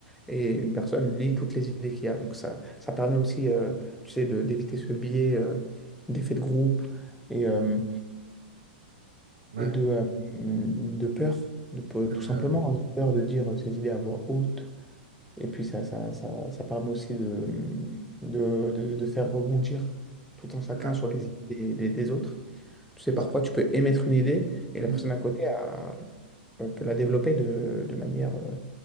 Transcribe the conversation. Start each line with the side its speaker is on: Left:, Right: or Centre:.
Centre: et une personne lit toutes les idées qu'il y a. Donc, ça, ça permet aussi, euh, tu sais, de- d'éviter ce biais euh, d'effet de groupe et, euh,
Right: Ouais,
Centre: et de, euh, de peur, de, pe-
Right: c'est
Centre: tout simplement,
Right: vrai.
Centre: on a peur de dire euh, ses idées à voix haute. Et puis ça, ça, ça, ça permet aussi de, de, de- de faire rebondir tout un chacun
Right: C'est vrai.
Centre: sur les idées des, des- des autres. Tu sais,
Right: Bah,
Centre: parfois, tu peux émettre une idée et la
Right: mm,
Centre: personne à côté a- euh, peut la développer de, de manière, euh,